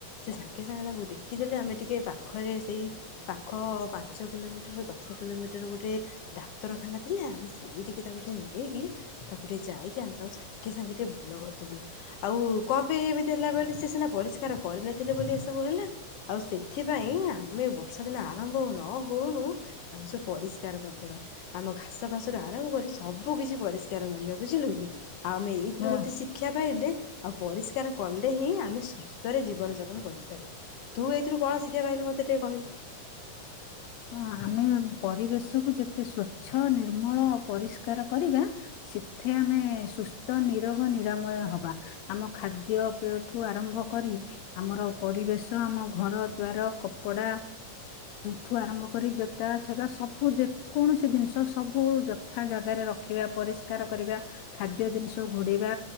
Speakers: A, on the left; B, on the left.
A: ସେ ସାଙ୍ଗେ-ସାଙ୍ଗେ ତାକୁ ଦେଖିଦେଲେ, ଆମେ ଟିକେ ପାଖରେ ସେଇ ପାଖ ପାଞ୍ଚ କିଲୋମିଟର, ଦଶ କିଲୋମିଟର ଗୋଟେ ଡାକ୍ତରଖାନା ଥିଲା, ଆମେ ସେଇଠିକି ତାକୁ ଟିକେ ନେଇକି, ତାକୁ ଟିକେ ଯାଇକି ଆମେ ତାକୁ ସାଙ୍ଗେ ସାଙ୍ଗେ ଟିକେ ଭଲ କରିଦେଲୁ। ଆଉ କଣ ପାଇଁ ଏମିତି ହେଲା କହିଲୁ? ସିଏ ସିନା ପରିଷ୍କାର କରିନଥିଲେ ବୋଲି, ଏସବୁ ହେଲା। ଆଉ ସେଥିପାଇଁ, ଆମେ ବର୍ଷାଦିନ ଆରମ୍ଭ ନ ହଉଣୁ ଆମେ ସବୁ ପରିଷ୍କାର କରିଦବା। ଆମ ଘାସ ଫାସ ରୁ ଆରମ୍ଭ କରି, ସବୁକିଛି ପରିଷ୍କାର କରିବା, ବୁଝିଲୁ କି। ଆମେ ଏଇଥିରୁ
B: ହଁ
A: ଗୋଟେ ଶିକ୍ଷା ପାଇଲେ, ଆଉ ପରିଷ୍କାର କଲେ ହିଁ, ଆମେ ସୁସ୍ଥରେ ଜୀବନ ଯାପନ କରିପାରିବୁ। ତୁ ଏଇଥିରୁ କଣ ଶିକ୍ଷା ପାଇଲୁ ମତେ ଟିକେ କହିଲୁ?
B: ହଁ ଆମେ ପରିବେଶକୁ ଯେତେ ସ୍ଵଚ୍ଛ ନିର୍ମଳ ଆଉ ପରିଷ୍କାର କରିବା ସେଥେ ଆମେ ସୁସ୍ଥ, ନିରୋଗ, ନିରାମୟ ହବା। ଆମ ଖାଦ୍ୟପେୟଠୁ ଆରମ୍ଭ କରି ଆମର ପରିବେଶ, ଆମ ଘର ଦ୍ୱାର, କପଡା ଠୁ ଆରମ୍ଭ କରି ଜୋ ତା ଛତା ସବୁ ଯେ କୌଣସି ଜିନିଷ ସବୁ, ଯଥା ଜାଗାରେ ରଖିବା, ପରିଷ୍କାର କରିବା। ଖାଦ୍ୟ ଜିନିଷ ଘୋଡେଇବା,